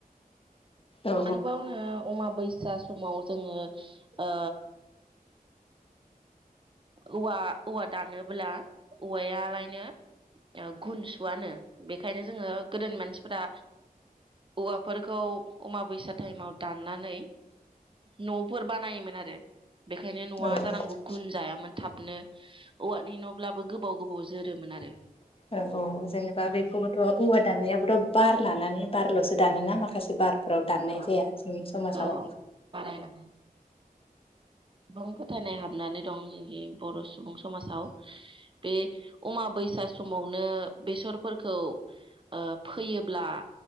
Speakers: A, on the left (about 40°); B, on the right (about 35°).
A: औ
B: आरोबावनो अमा बै फिसा समाव जोङो ओ औवा औवा दानोब्ला औवायालायनो गुन सुवानो बेखायनो जोङो गोदोनि मानसिफोरा औवाफोरखौ अमाबैसा टाइमाव दाननानै न'फोर बानायोमोन आरो बेखायनो न'आ
A: औ
B: जानांगौ गुन जायामोन। थाबनो औवानि न'ब्लाबो गोबाव गोबाव जोरोमोन आरो।
A: औ औ जेनेबा बेखौबोथ' औवा दाननायाबोथ' बार लानानै बारल'सो दानोना माखासे बार फोराव दाननाय
B: औ
A: जाया जोंनि समाजाव
B: औ बारायलां गोबां फोथायनाय हाबनानै दं जोंनि बर' सुबुं समाजाव बे अमाबैसा समावनो बेसरफोरखौ ओ फैयोब्ला